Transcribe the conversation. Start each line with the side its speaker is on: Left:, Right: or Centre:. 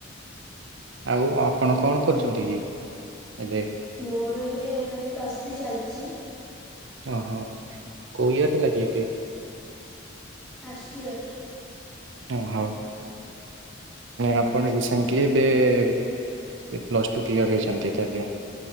Right: ଆଉ ଆପଣ କଣ କରୁଛନ୍ତି କି ଏବେ?
Centre: ମୋର ଏବେ ମାନେ ପ୍ଲସ୍ ଥ୍ରୀ ଚାଲିଛି।
Right: ଓ ହୋ କୋଉ ଇୟର ହେଲା କି ଏବେ?
Centre: ପାଷ୍ଟଟିୟାର।
Right: ଓ ହୋ ଆପଣ ରସେଣ୍ଟଲି ଏବେ। ଇଟ୍ ପ୍ଲସ୍ ଟୁ କ୍ଲିୟର ହେଇଛନ୍ତି ତାହାଲେ